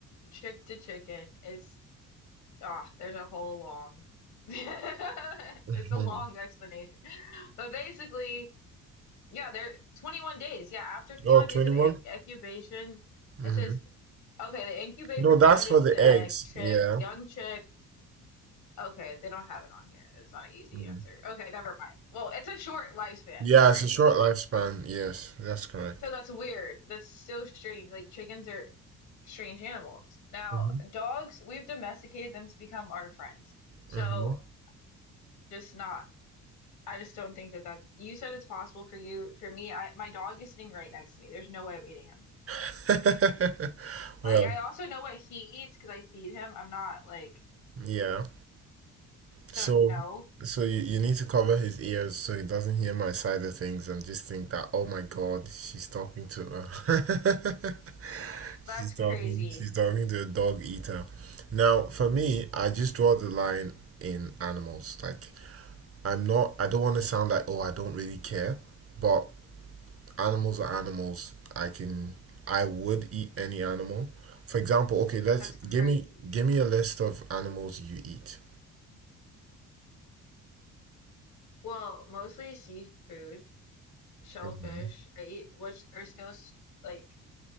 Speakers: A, on the left; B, on the right.
A: chick to chicken is ah, there's a whole long <laughs> it's
B: Mhm.
A: a long explanation. But basically, yeah, they're 21 days. Yeah, after 21
B: Oh, twenty-one?
A: days of inc incubation,
B: Mm-hmm.
A: it says okay, they incubate
B: No,
A: for
B: that's
A: 21 days
B: for the
A: as an egg,
B: eggs.
A: chick,
B: Yeah.
A: young chick. Okay, they don't have it on here. It's not an easy
B: Mm.
A: answer. Okay, never mind. Well, it's a short lifespan.
B: Yeah,
A: You're
B: it's
A: right.
B: a short
A: Let's
B: lifespan. Yes, that's correct.
A: so that's weird. That's so strange. Like chickens are strange animals. Now,
B: hmm
A: dogs, we've domesticated them to become our friends. So,
B: hmm
A: just not, I just don't think that that's, you said it's possible for you. For me, I, my dog is sitting right next to me. There's no way I'm eating him.
B: <laughs>
A: Like,
B: Well,
A: I also know what he eats because I feed him. I'm not like,
B: yeah.
A: so
B: So,
A: no,
B: so you, you need to cover his ears so he doesn't hear my side of things and just think that, oh my God, she's talking to her. <laughs> She's
A: that's
B: talking.
A: crazy.
B: She's talking to a dog eater. Now, for me, I just draw the line in animals. Like, I'm not. I don't want to sound like, oh, I don't really care. But animals are animals. I can. I would eat any animal. For example, okay, let's
A: That's
B: give
A: crazy.
B: me give me a list of animals you eat.
A: Well, mostly seafood, shellfish,
B: hmm
A: I eat, which are still s- like,